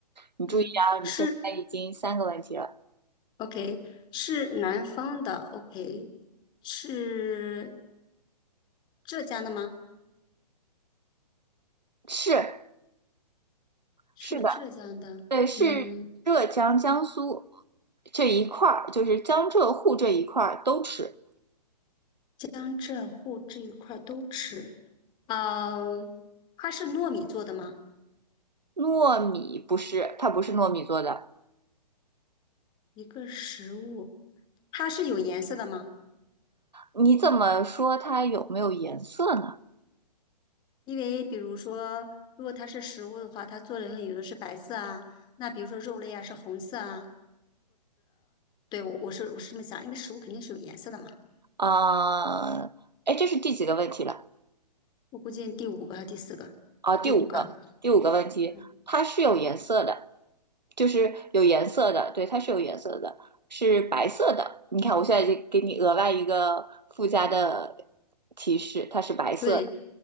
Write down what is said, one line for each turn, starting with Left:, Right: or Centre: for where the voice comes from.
Right: 你注意啊，
Left: 嗯，
Right: 你现在已经三个问题了，
Left: 是 OK，是南方的 OK，是浙江的吗？
Right: 是
Left: 是浙江的，
Right: 是的，对，是浙江、
Left: 嗯，
Right: 江苏这一块儿，就是江浙沪这一块儿都吃。
Left: 江浙沪这一块儿都吃。呃，它是糯米做的吗？
Right: 糯米不是，它不是糯米做的。
Left: 一个食物，它是有颜色的吗？
Right: 你怎么说它有没有颜色呢？
Left: 因为比如说，如果它是食物的话，它做的有的是白色啊，那比如说肉类啊是红色啊。对，我我是我是这么想，因为食物肯定是有颜色的嘛。
Right: 啊、哎，这是第几个问题了？
Left: 我估计第五个还是第四个，
Right: 啊，第五个，
Left: 第五个。
Right: 第五个问题，
Left: 嗯，
Right: 它是有颜色的，就是有颜色的，对，它是有颜色的，是白色的。你看，我现在就给你额外一个附加的提示，它是白色的，
Left: 对，